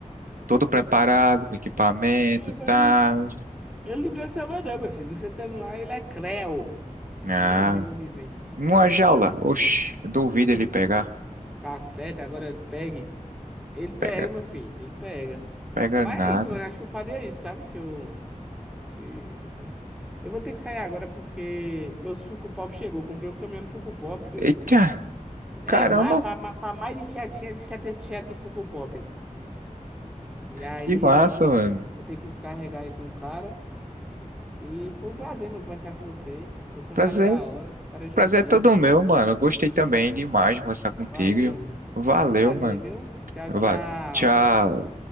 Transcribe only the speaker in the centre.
É,
mas
Ele não quer saber, não, meu filho. Você tá lá, ele é creu.
Tu nem vendo onde vem.
Hum,
Tá certo, agora pegue. Ele pega,
meu filho, ele pega.
Mas
é isso, mano. Acho que eu faria isso, sabe? Se eu. Se... Eu vou ter que sair agora porque meu Funko pop chegou. Eu comprei um caminhão de Funko Pop, doido.
É,
ma- pra, ma- pra mais de 777 Funko Pop. E aí
eu vou ter
que, vou ter que descarregar aí com o cara. E foi um prazer, mano, conversar com você. Você é
um cara da hora, um cara gentil.
Valeu, mano.
Foi um prazer,
viu? Tchau,
tchau.